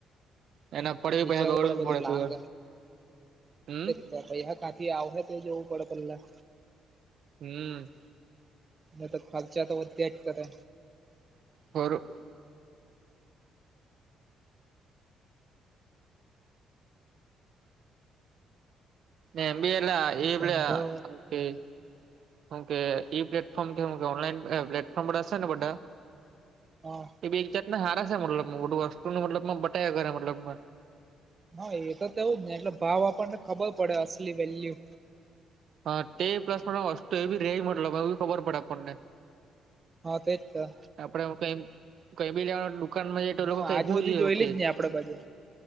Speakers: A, on the right; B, on the right.
A: એના પડે
B: વિચારવું
A: <unintelligible> દોડવું
B: બધું
A: પડે
B: લાંગ
A: હમ્મ.
B: <unintelligible> હા ખાથી આવે તે જવું પડે પહેલા.
A: હમ.
B: તો તો ખરચા તો ચેક કરે.
A: ઓર. ઊભેલા એવાલા
B: ધંધો
A: અકે. હુકે ઈ પ્લેટફોર્મ કે ઓનલાઈન પ્લેટફોર્મ રેશે ને બધા.
B: હા.
A: એ બી એક જાતને હારા છે મતલબ મોટુું વસ્તુું મતલબમાં બટાયા કરે મતલબ
B: હા એ તો તો એવું જ ને એટલે ભાવ આપણને ખબર પડે અસલી વેલ્યુ
A: હા તે પ્લસ મસ્તો એ બી રેય મતલો એ ખબર પડે આપણને
B: હા તે જ તા.
A: આપડે હું કઈ કઈ બી લેવા દુકાનમાં જ તો
B: હા
A: લોકો કઈ
B: આજ
A: હું
B: સુધી
A: જ એવું
B: જોયેલી
A: કે
B: ને આપડે બધે